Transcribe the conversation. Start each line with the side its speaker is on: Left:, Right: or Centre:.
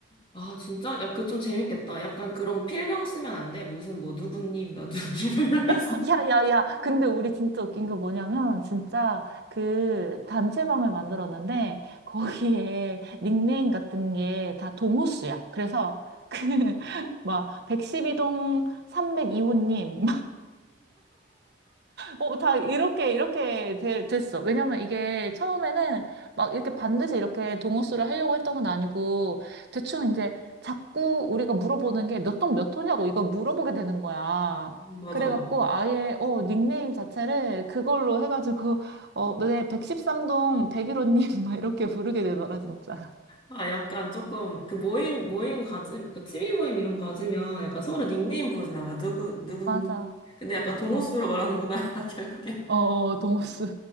Left: 아, 진짜? 야, 그 좀 재밌겠다. 약간 그런 필명 쓰면 안 돼. 무슨, 뭐, 누구님, 나 누구님 이러면서.
Right: 어,
Left: <laughs>
Right: <laughs> 야, 야, 야. 근데 우리 진짜 웃긴 게 뭐냐면, 진짜 그 단체방을 만들었는데, 거기에 <laughs> 닉네임 같은 게 다 동호수야. 그래서 그, <laughs> 막, 112동 302호님, 어, 다 이렇게, 이렇게 돼- 됐어. 왜냐면 이게 처음에는 막 이렇게 반드시 이렇게 동호수를 하려고 했던 건 아니고, 대충 이제 자꾸 우리가 물어보는 게 몇 동 몇 호냐고 이걸 물어보게 되는 거야.
Left: 맞아,
Right: 그래갖고
Left: 맞아.
Right: 아예, 어, 닉네임 자체를 그걸로 해가지고, 어, 네, 113동 101호님 <laughs> 막 이렇게 부르게 되더라, 진짜.
Left: 아, 약간 조금, 그 모임, 모임 가지, 그 취미 모임 이런 거 가지면 약간 서로 닉네임 부르잖아. 막 누구, 누구니?
Right: 맞아.
Left: 근데 약간 동호수로
Right: 어,
Left: 말하는구나, <laughs> 결국엔.
Right: 어, 어, 동호수.